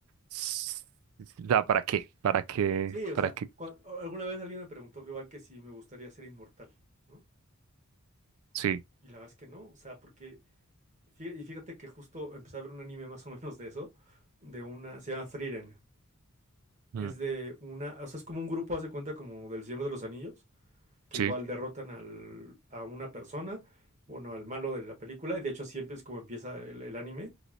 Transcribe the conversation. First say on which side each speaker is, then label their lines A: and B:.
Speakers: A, on the right; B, on the right.
A: S- O sea, ¿para qué? ¿Para qué?
B: Sí, o
A: ¿Para
B: sea,
A: qué?
B: cua- o- alguna vez alguien me preguntó que igual que si me gustaría ser inmortal, ¿no?
A: Sí,
B: Y la verdad es que no, o sea, porque, fí- y fíjate que justo empecé a ver un anime más o menos de eso, de una, se llama Frieren, es
A: mm,
B: de una, o sea, es como un grupo, hace cuenta como del Señor de los Anillos, que
A: sí,
B: igual derrotan al, a una persona, bueno, al malo de la película, y de hecho siempre es como empieza el el anime